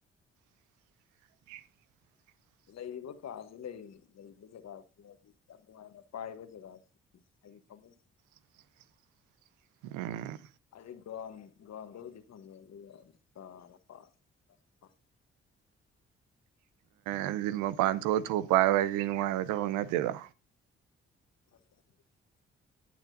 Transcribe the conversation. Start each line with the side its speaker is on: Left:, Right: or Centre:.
Right: ꯎꯝ
Left: ꯂꯩꯔꯤꯕ ꯀꯥꯁꯤ ꯂꯩꯔꯤ ꯂꯩꯔꯤꯕ ꯖꯒꯥꯁꯤꯗꯤ ꯌꯥꯝ ꯅꯨꯡꯉꯥꯏꯅ ꯄꯥꯏꯕ ꯖꯒꯥꯁꯤ ꯍꯥꯏ ꯐꯃ
Right: <inaudible> ꯎꯝ
Left: ꯑꯩ ꯕ꯭ꯔꯥꯎꯟ ꯕ꯭ꯔꯥꯎꯟꯗꯕꯨꯗꯤ ꯐꯪꯉꯦ ꯑꯗꯨꯒ <unintelligible>
Right: ꯑꯗꯨꯗꯤ ꯃꯄꯥꯟ ꯊꯣꯛꯑ ꯊꯣꯛꯄ ꯍꯥꯏꯕ ꯍꯥꯏꯗꯤ ꯅꯨꯡꯉꯥꯏꯕ ꯊꯕꯛ ꯅꯠꯇꯦꯗꯣ
Left: ꯍꯣꯏ